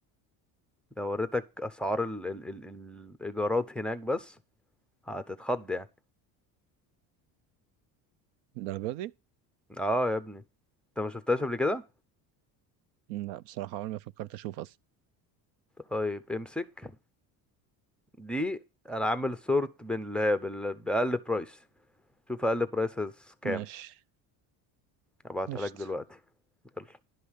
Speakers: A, in the centre; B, on the right.
A: لو وريتك أسعار ال... ال... ال... الإيجارات هناك بس هتتخض يعني
B: الدرجة دي؟
A: اه يا ابني انت ما شفتهاش قبل كده
B: لا بصراحة عمري ما فكرت اشوف اصلا
A: طيب امسك دي انا عامل سورت بين اللي هي بال- بأقل برايس شوف أقل برايس كام
B: ماشي
A: هبعتها
B: قشطة
A: لك دلوقتي يلا.